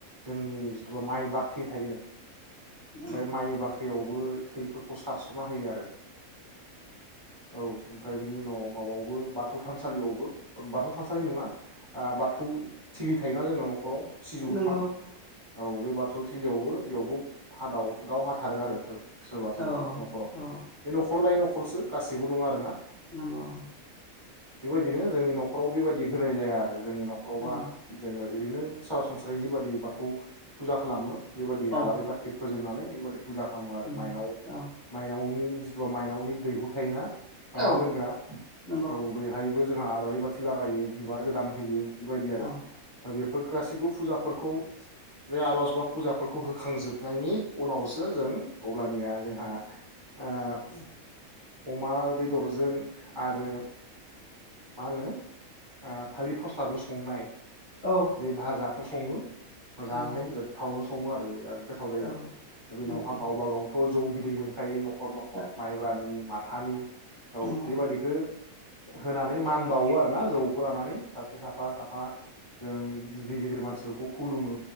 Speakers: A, on the right (about 25°); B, on the left (about 45°).
A: जोंनि जिथुबा माइ बाख्रि थायो
B: औ
A: ओमफाय माइ बाख दैयावबो थैफोरखौ सारस'ना होयो आरो औ ओमफ्राय बिनि उनाव माबायावबो बाथौ थानसालियावबो बाथौ थानसालि नङा बाथौ थिलि थायोना जोंना न'खराव सिजौ
B: नंगौ
A: बिफां औ बे बाथौ थिलियावबो बेयावबो हा दाउ दाउ हाथारो आरो बिसोर सोरबा सोरबा
B: औ
A: न'खराव
B: औ
A: बे न'खर लायै न'खर न'खरसो गासिबो नङा आरो ना
B: नंगौ
A: बेबायदिनो जोंनि न'खराव बेबायदि होनाय जाया आरो जोंनि न'खरावबा
B: औ
A: जोङो ओरैनो सरासनस्रायै जिबायादि बाथौ फुजा खालामो बेबायदि
B: औ
A: आलारि बाथि फोजोंनानै बेफोर बादि फुजा खालामो आरो
B: उम
A: मायनाव
B: औ
A: माइनावनि जिथुवा माइनावनि दैहु थायोना माइरं
B: औ
A: दोनग्रा
B: नंगौ
A: औ बेहायबो जों जोंहा आलारि बाथि लागायो बिबार गोदान होयो बेबायदि आरो
B: औ
A: दा बेफोर गासैबो फुजाफोरखौ बे आर'ज बा फुजाफोरखौ होखांजोबनायनि उनावसो जों अब्लानिया जोंहा ओ अमा बेदरजों आरो मा होनो ओ थालिर फस्लाजों संनाय
B: औ
A: बे भाजाखौ सङो मोजांहै
B: औ
A: गोथाव सङो आरो याक गोथाव जायो
B: औ
A: बेनावहा
B: नंगौ
A: थ' जौ बिदै मोनखायो न' न'खर न'खर
B: औ
A: माइब्रानि माथानि औ
B: नंगौ
A: बेबायदिखो होनानै मान बावो आरो ना जौखौ लानानै साबसे साफा साफा जों गिदिर गिदिर मानसिफोरखौ खुलुमो